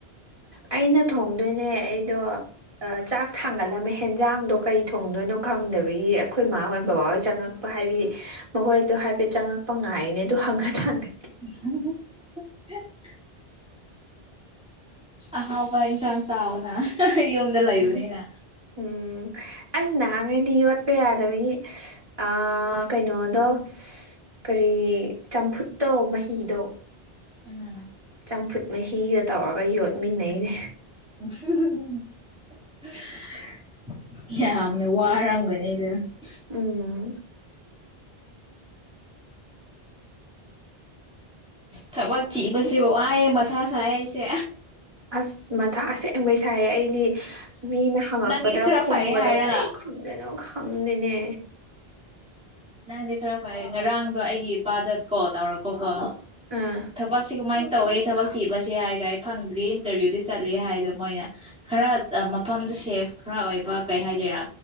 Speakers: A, on the right; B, in the centre.
A: ꯑꯩꯅ ꯊꯣꯡ <unintelligible> ꯅꯦ ꯑꯩꯗꯣ ꯆꯥꯛ ꯊꯥꯡꯒꯠꯂꯝꯃꯦ ꯍꯦꯟꯖꯥꯡꯗꯣ ꯀꯩ ꯊꯣꯡꯗꯣꯏꯅꯣ ꯈꯪꯗꯕꯒꯤ ꯑꯩꯈꯣꯏ ꯃꯥꯍꯣꯏ ꯕꯕꯥꯍꯣꯏ ꯆꯪꯉꯛꯄ ꯍꯥꯏꯕꯗꯤ ꯃꯈꯣꯏꯗꯣ ꯍꯥꯏꯐꯦꯠ ꯆꯪꯉꯛꯄ ꯉꯥꯏꯔꯤꯅꯦ ꯑꯗꯨ ꯍꯪꯉꯥ ꯊꯥꯒꯠ
B: <unintelligible> ꯑꯍꯥꯎꯕ ꯏꯟꯁꯥꯡ ꯆꯥꯎꯅ ꯌꯨꯝꯗ ꯂꯩꯕꯅꯤꯅ
A: ꯎꯝ ꯎꯝ ꯑꯁ ꯅꯍꯥꯟꯉꯩꯗꯤ ꯌꯣꯠꯄ ꯌꯥꯗꯕꯒꯤ ꯑꯥ ꯀꯩꯅꯣꯗꯣ ꯀꯔꯤ ꯆꯝꯐꯨꯠꯇꯣ ꯃꯍꯤꯗꯣ
B: ꯎꯝ
A: ꯆꯝꯐꯨꯠ ꯃꯍꯤꯒ ꯇꯧꯔꯒ ꯌꯣꯠꯃꯤꯟꯅꯩꯅꯦ
B: <unintelligible> ꯌꯥꯝꯅ ꯋꯥꯔꯝꯒꯅꯤ <unintelligible>
A: ꯎꯝ
B: ꯊꯕꯛ ꯊꯤꯕꯁꯦ ꯋꯥꯏꯌꯦ ꯃꯊꯥ ꯁꯥꯏ ꯑꯩꯁꯦ
A: ꯑꯁ ꯃꯊ ꯑꯁꯦꯡꯕꯩ ꯁꯥꯏꯌꯦ ꯑꯩꯗꯤ ꯃꯤꯅ ꯍꯪꯉꯛꯄꯗ
B: ꯅꯪꯒꯤꯗꯤ ꯈꯔ
A: ꯈꯨꯝꯕꯗꯣ
B: ꯐꯩꯌꯦ ꯍꯥꯏꯔꯒ
A: ꯀꯩ ꯈꯨꯝꯗꯣꯏꯅꯣ ꯈ ꯐꯪꯗꯦꯅꯦ
B: ꯅꯪꯗꯤ ꯈꯔ ꯐꯩ ꯉꯔꯥꯡꯗꯣ ꯑꯩꯒꯤ ꯏꯄꯥꯗ ꯀꯣꯜ ꯇꯧꯔꯛꯄꯀꯣ
A: ꯎꯝ
B: ꯊꯕꯛꯁꯤ ꯀꯃꯥꯏ ꯇꯧꯋꯦ ꯊꯕꯛ ꯊꯤꯕꯁꯦ ꯍꯥꯏꯔꯒ ꯑꯩ ꯐꯪꯗ꯭ꯔꯤ ꯏꯟꯇꯔꯚ꯭ꯌꯨꯗꯤ ꯆꯠꯂꯤ ꯍꯥꯏꯗꯣ ꯃꯣꯏꯅ ꯈꯔ ꯃꯐꯝꯗꯨ ꯁꯦꯐ ꯈꯔ ꯑꯣꯏꯕ ꯀꯩ ꯍꯥꯏꯗꯣꯏꯔꯥ